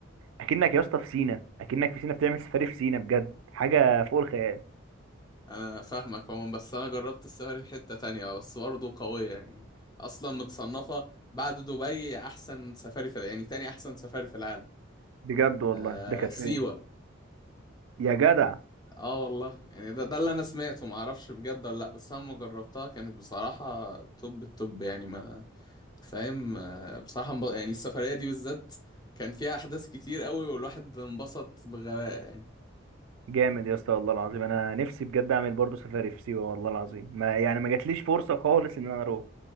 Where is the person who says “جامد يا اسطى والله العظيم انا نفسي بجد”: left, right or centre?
Right